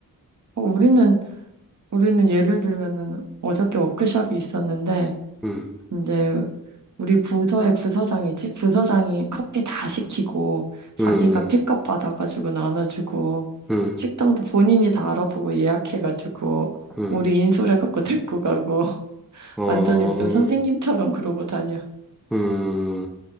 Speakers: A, on the right; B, in the centre.
A: 어, 우리는 우리는 예를 들면은 어저께 워크숍이 있었는데
B: 음,
A: 이제 우리 부서의 부서장이지 부서장이 커피 다 시키고 자기가
B: 음,
A: 픽업 받아가지고 나눠주고
B: 음,
A: 식당도 본인이 다 알아보고 예약해가지고
B: 음,
A: 우리 인솔해갖고 데리고 가고 <laughs>
B: 어,
A: 완전히 무슨 선생님처럼 그러고 다녀.
B: 음,